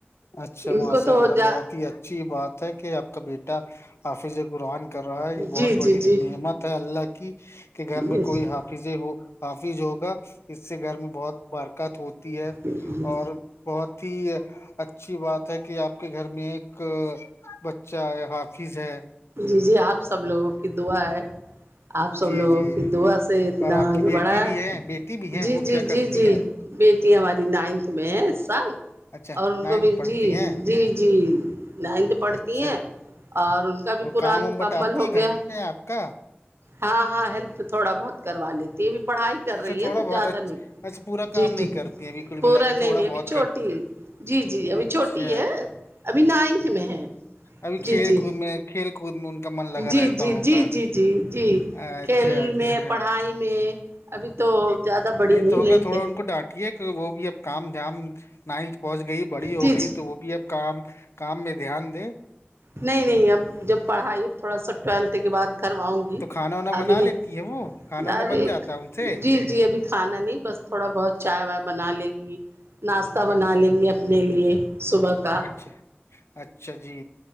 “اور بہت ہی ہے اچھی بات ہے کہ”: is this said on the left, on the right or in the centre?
Left